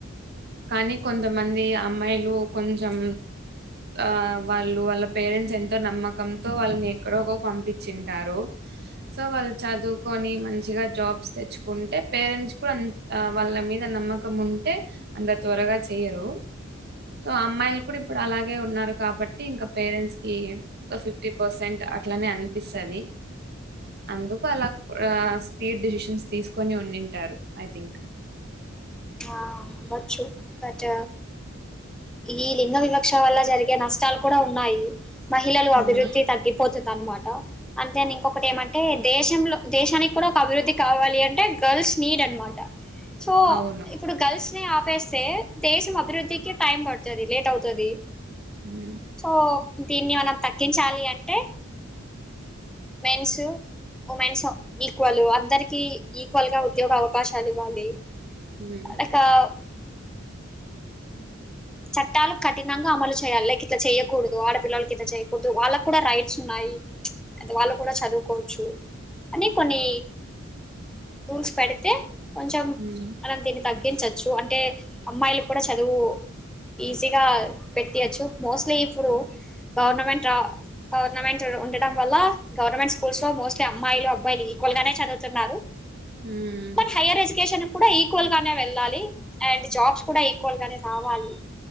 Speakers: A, on the right (about 50°); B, in the centre.
A: కానీ కొంతమంది అమ్మాయిలు కొంచెం ఆ వాళ్ళు వాళ్ళ పేరెంట్స్ ఎంతో నమ్మకంతో వాళ్ళని ఎక్కడో ఒక పంపించింటారు సో వాళ్ళు చదువుకొని మంచిగా జాబ్స్ తెచ్చుకుంటే పేరెంట్స్ కూడా వాళ్ళ మీద నమ్మకం ఉంటే అంత త్వరగా చెయ్యరు సో అమ్మాయిలు కూడా ఇప్పుడు అలాగే ఉన్నారు కాబట్టి ఇంకా పేరెంట్స్ కి ఫిఫ్టీ పర్సెంట్ అట్లానే అనిపిస్తది అందుకు అలా స్పీడ్ డిసిషన్స్ తీసుకొని ఉండింటారు ఐ థింక్
B: ఆ అవ్వచ్చు బట్ ఈ లింగ వివక్ష వల్ల జరిగే నష్టాలు కూడా ఉన్నాయి మహిళలు
A: ఉమ్
B: అభివృద్ధి తగ్గిపో దా అన్నమాట అంతే ఇంకొకటి ఏమంటే దేశంలో దేశానికి కూడా ఒక అభివృద్ధి కావాలి అంటే గర్ల్స్ నీడ్ అనమాట సో
A: అవును
B: ఇప్పుడు గర్ల్స్ ని ఆపేస్ తే దేశం అభివృద్ధికి టైమ్ పడుతుంది లేట్ అవుతది
A: ఉమ్
B: సో దీన్ని మనం తగ్గించాలి అంటే మెన్స్ ఉమెన్స్ ఈక్వల్ అందరికి కి ఈక్వల్ గా ఉద్యోగ అవకాశాలు ఇవ్వాలి <unintelligible>
A: ఉమ్
B: చట్టాలు కఠినంగా అమలు చేయాలి లైక్ ఇట్లా చేయకూడదు ఆడపిల్లలకి ఇట్లా చేయకూడదు వాళ్ళకు కూడా రైట్స్ ఉన్నాయి అదే వాళ్ళు కూడా చదువుకోవచ్చు అనే కొన్ని రూల్స్ పెడితే కొంచెం
A: ఉమ్
B: మనం దీన్ని తగ్గించొచ్ చ్చు అంటే అమ్మాయిలు కూడా చదువు ఈజీగా పెట్టేయచ్చు మోస్ట్లీ ఇప్పుడు గవర్నమెంట్ గవర్నమెంట్ ఉండడం వల్ల, గవర్నమెంట్ స్కూల్స్ లో మోస్ట్లీ అమ్మాయిలు, అబ్బాయిలు ఈక్వల్ గానే చదువుతున్నారు.
A: ఉమ్
B: బట్ హైర్ ఎజ్యుకేషన్ కూడా ఈక్వల్ గానే వెళ్ళాలి. అండ్ జాబ్స్ కూడా ఈక్వల్ గానే రావాలి.